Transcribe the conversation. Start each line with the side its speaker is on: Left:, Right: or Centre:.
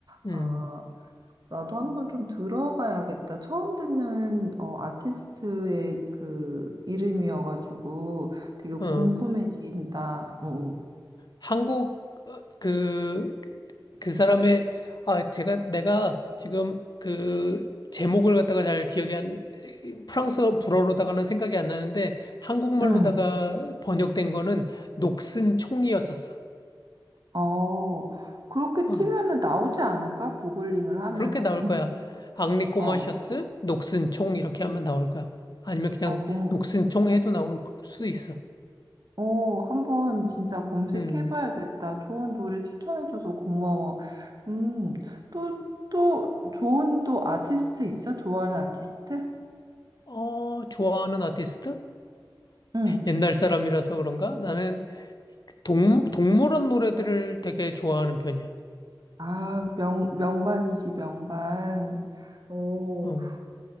Left: 음,
Right: 아, 나도 한번 좀 들어봐야겠다. 처음 듣는 어, 아티스트의 그 이름이어가지고 되게 궁금해진다.
Left: 어,
Right: 어. 어.
Left: 한국, 어, 그, 그 사람의, 아, 제가, 내가 지금 그 제목을 갖다가 잘 기억이 안, 프랑스어 불어로다가는 생각이 안 나는데, 한국말로다가
Right: 응.
Left: 번역된 거는 녹슨 총이었었어.
Right: 어, 그렇게
Left: 어.
Right: 치면은 나오지 않을까? 구글링을 하면은?
Left: 그렇게 나올
Right: 응.
Left: 거야. 앙리 꼬마셔스,
Right: 어,
Left: 녹슨 총 이렇게 하면 나올 거야. 아니면 그냥
Right: 어, 뭔,
Left: 녹슨 총 해도 나올 수도 있어.
Right: 어, 한번 진짜 검색해봐야겠다.
Left: 음.
Right: 좋은 노래 추천해줘서 고마워. 음, 또, 또, 좋은 또 아티스트 있어? 좋아하는 아티스트?
Left: 어, 좋아하는 아티스트?
Right: 응.
Left: 옛날 사람이라서 그런가? 나는 동, 동물원 노래들을 되게 좋아하는 편이야.
Right: 아, 명, 명반이지, 명반. 오,
Left: 어,